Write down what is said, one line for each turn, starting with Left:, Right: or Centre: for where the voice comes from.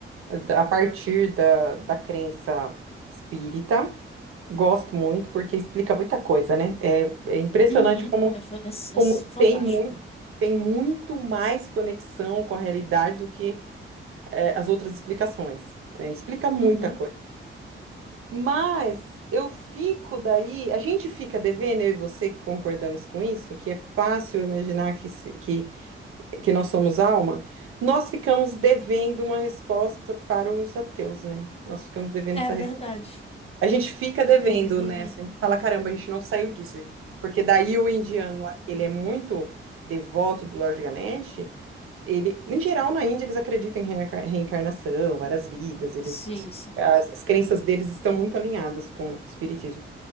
Right: da- a partir da, da crença espírita. Gosto muito, porque explica muita coisa, né? É, é impressionante
Left: Uhum.
Right: como,
Left: É, fa- é, s- é
Right: como
Left: s- fantástico.
Right: tem muito, tem muito mais conexão com a realidade do que é, as outras explicações. né? Explica muita
Left: Uhum.
Right: coisa. Mas eu fico daí, a gente fica devendo, eu e você que concordamos com isso, que é fácil imaginar que, se- que que nós somos alma, nós ficamos devendo uma resposta para os ateus, né? Nós ficamos devendo
Left: É
Right: essa
Left: verdade.
Right: resposta. A gente fica devendo
Left: Ficamos devendo.
Right: nessa, a gente fala, caramba, a gente não saiu disso. Porque daí o indiano lá, que ele é muito devoto do Lord Ganesh, ele, em geral, na Índia, eles acreditam em reenca- reencarnação, várias vidas, eles.
Left: Sim, sim.
Right: As, as crenças deles estão muito alinhadas com o espiritismo,